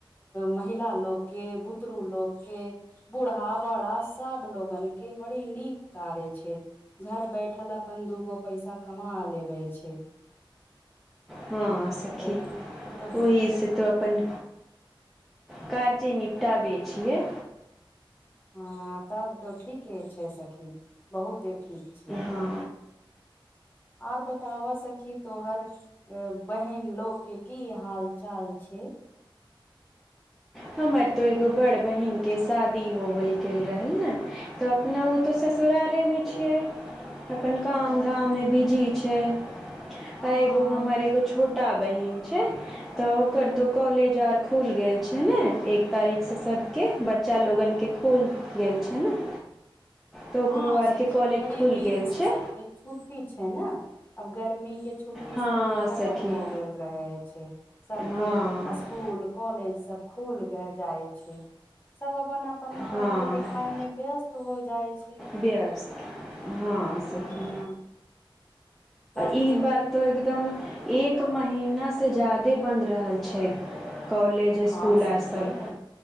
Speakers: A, on the left; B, in the centre.
A: महिला लोक के बुतरू लोक के, बूढ़ा बड़ा सब लोगन के बड़ी नीक कार्य छै। घर बैठल अपन दूगो पैसा कमा लेबै छै।
B: हँ सखी
A: तऽ ओ तऽ
B: ओही से तऽ अपन कार्य जेे निपटाबे छियै।
A: हँ तब त ठीके छै सखी, बहुते ठीक छै।
B: हँ
A: आओर बताबऽ सखी तोहर बहिन लोक के की हाल चाल छै?
B: हमर तऽ एगो बड़ बहिन के शादी होल गेल रहनि ने तऽ न उ तो ससुरारे मे छियै, अपन काम
A: हँ
B: धाम मे बीजी छै,
A: हँ
B: आ एगो हमर एगो छोटा बहिन छै तऽ ओकर
A: हूँ
B: तऽ कॉलेज आर खुल गेल छै। छै ने, एक तारीख से सबके बच्चा लोगन के खुल गेल छै ने। तऽ ओकरो
A: हँ सखी
B: आरके कॉलेज
A: बड़ी
B: खुलि
A: दीन
B: गेल
A: से-
B: छै
A: छुट्टी छै ने, आब गर्मी के छुट्टी छुट्टी
B: हँ
A: सब के खतम
B: सखी
A: हो गेल रहय छै, सबके
B: हँ
A: स्कूल कॉलेज सब खुल गे जाय छै सब अपन अपन- अपन पढ़ाई
B: हँ
A: लिखाई मे व्यस्त हो जाय छै।
B: व्यस्त, हँ
A: हँ
B: सखी।
A: तब
B: ई
A: तो
B: बार त एकदम एक महीना से ज्यादे बंद रहल छै। छै कॉलेज
A: हँ
B: स्कूल
A: सखी
B: और सब
A: तऽ